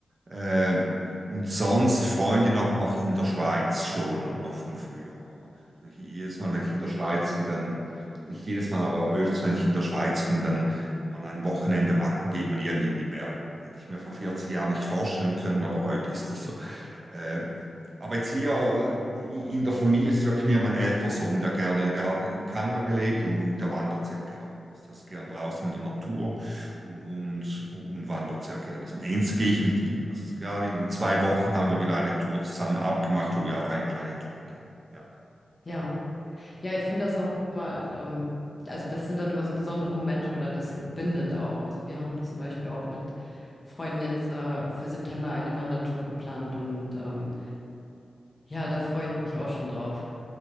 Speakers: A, on the right (about 40°); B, on the left (about 25°).
A: Ähm, und sonst Freundin auch noch in der Schweiz schon und noch von früher, oder? Also ich, jedes Mal, wenn ich in der Schweiz bin, dann, nicht jedes Mal, aber öfters, wenn ich in der Schweiz bin, dann und man ein Wochenende macht, dann geht man irgendwie in die Berge. Hätte ich mir vor 40 Jahren nicht vorstellen können, aber heute ist es so. Äh, aber jetzt hier in der Familie ist wirklich mehr mein älterer Sohn, der gerne, der hat in Kanada gelebt und der wandert sehr gerne. Also Der ist gern draußen in der Natur und, und, und wandert sehr gerne. Also am Ende gehe ich mit ihm. Also gerade in zwei Wochen haben wir wieder eine Tour zusammen abgemacht, wo wir auf eine kleine Tour gehen. Ja.
B: Ja, ja, ich finde das auch immer, ähm, also das sind dann immer so besondere Momente oder das bindet auch. Also wir haben zum Beispiel auch mit Freunden jetzt äh, für September eine Wandertour geplant und ähm, ja, da freue ich mich auch schon drauf,